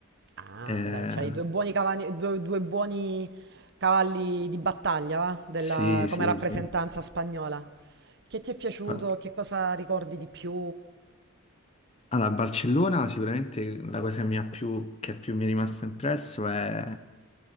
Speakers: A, on the right; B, on the left.
A: Ah,
B: eh,
A: dai, c'hai due buoni, cavani- due- due buoni cavalli di battaglia, va? Della...
B: sì, sì,
A: come rappresentanza
B: sì.
A: spagnola. Che ti è piaciuto?
B: Fa-
A: Che cosa ricordi di più?
B: Allora, a Barcellona sicuramente la cosa che mi ha più, che più mi è rimasta impresso è,